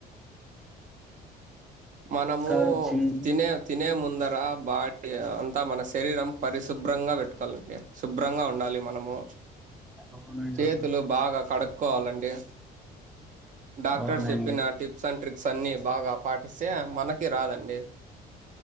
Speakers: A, on the right (about 50°); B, in the centre.
A: మనము
B: ఇంకా చిన్
A: తినే తినే ముందు అందర బాడీ అంతా మన శరీరం పరిశుభ్రంగా పెట్టుకోవాలండి శుభ్రంగా ఉండాలి మనము
B: అవునండి
A: చేతులు బాగా కడుక్కోవాలండి డాక్టర్స్
B: అవునండి
A: చెప్పిన టిప్స్ అండ్ ట్రిక్స్ అన్ని బాగా పాటి సే మనకి రాదండి